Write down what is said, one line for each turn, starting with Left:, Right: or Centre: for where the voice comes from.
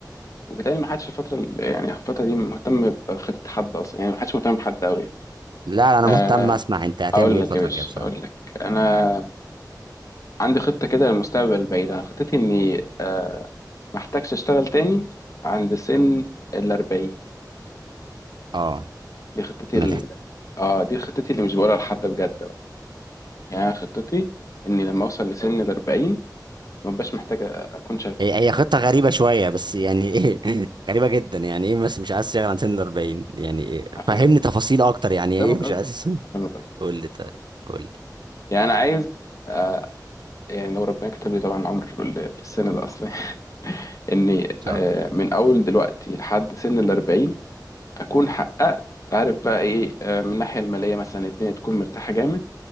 Left: وبالتالي ما حدش الفترة ال- يعني الفترة دي مهتم بخطة حد أصلا يعني ما حدش مهتم بحد أوي
Right: لا لا انا
Left: آه
Right: مهتم اسمع انت هتعمل
Left: أقول
Right: ايه
Left: لك
Right: الفترة
Left: يا باشا
Right: الجاية بصراحة
Left: أقول لك أنا عندي خطة كده للمستقبل البعيد أنا خطتي إني آه ما أحتاجش أشتغل تاني عند سن الأربعين
Right: اه
Left: دي خطتي
Right: ما
Left: ال...
Right: تحت
Left: آه دي خطتي اللي مش بقولها لحد بجد بقى يعني أنا خطتي إني لما أوصل لسن الأربعين ما بقاش محتاج أكون شغال
Right: هي هي خطة غريبة شوية بس يعني ايه <laughs> غريبة جدا يعني ايه بس مش عايز تشتغل عن سن ال 40 يعني إيه؟
Left: فاهمك
Right: فهمني
Left: قصدي
Right: تفاصيل اكتر يعني
Left: فاهمك
Right: ايه مش
Left: قصدي
Right: عايز
Left: فاهمك قصدي
Right: قول لي طيب قول لي ان
Left: يعني انا عايز آه، يعني لو ربنا كتب لي طبعا عمر ال- السن ده اصلا <laughs> اني
Right: شاء
Left: آه،
Right: الله
Left: من اول دلوقتي لحد سن الاربعين اكون حققت عارف بقى ايه آه، من الناحيه الماليه مثلا الدنيا تكون مرتاحه جامد